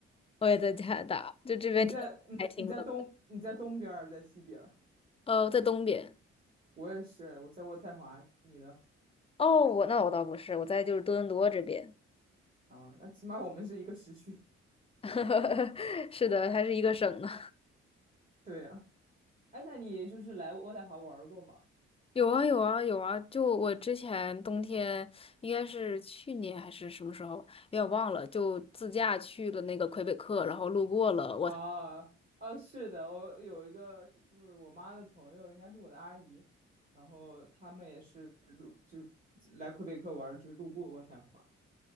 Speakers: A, on the left; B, on the right.
A: 我也在加拿大，就这边天还挺冷的。
B: 你在你你在东你在东边儿，在西边儿，
A: 呃，在东边。
B: 我也是，我在渥太华，你呢？
A: 哦，我那我倒不是，我在就是多伦多这边。
B: 啊，那起码我们是一个时区。
A: <laughs> 是的，还是一个省呢。
B: <laughs> 对呀、哎，那你就是来渥太华玩儿过吗？
A: 有啊有啊有啊！就我之前冬天应该是去年还是什么时候，有点忘了，就自驾去了那个魁北克，然后路过了我。
B: 啊啊，是的，我有一个就是我妈的朋友，应该是我的阿姨，然后他们也是路就是来魁北克玩儿就是路过渥太华